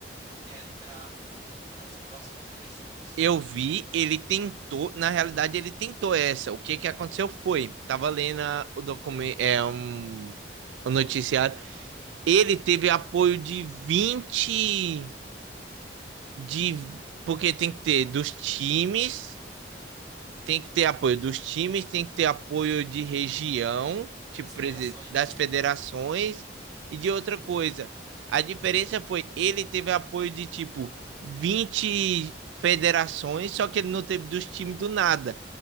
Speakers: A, on the right; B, on the right.
A: quer entrar nas próximas eleições
B: Eu vi, ele tentou, na realidade ele tentou essa. O que que aconteceu foi, tava lendo a- o documento, é um o noticiário, ele teve apoio de 20 de porque tem que ter dos times tem que ter apoio dos times, tem que ter apoio de região, tipo
A: das federações.
B: das federações e de outra coisa. A diferença foi ele teve apoio de tipo 20 federações, só que ele não teve dos times do nada.